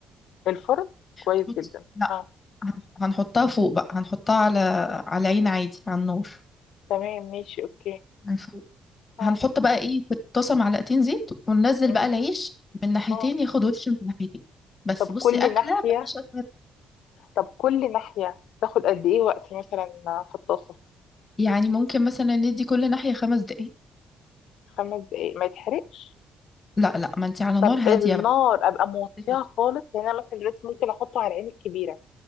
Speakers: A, on the left (about 70°); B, on the left (about 15°).
A: في الفرن كويس
B: هتحطي
A: جدا
B: لا
A: اه
B: هن- هنحطها فوق بقى هنحطها على على عين عادي على النار
A: تمام ماشي اوكي
B: من فوق
A: اه
B: هنحط بقى ايه في الطاسه معلقتين زيت وننزل
A: امم
B: بقى العيش من ناحيتين
A: اه
B: ياخد وش من ناحيتين بس
A: طب
B: بصي
A: كل
B: اكله
A: ناحية
B: مفيش اسهل
A: طب كل ناحية تاخد قد ايه وقت مثلا في الطاسة
B: يعني ممكن مثلا ندي كل ناحيه خمس دقايق
A: خمس دقايق ما يتحرقش
B: لا لا ما انت على
A: طب
B: نار هاديه
A: النار
B: بقى
A: ابقى موطيها
B: <laughs>
A: خالص يعني انا مثلا دلوقتي ممكن احطه على العين الكبيرة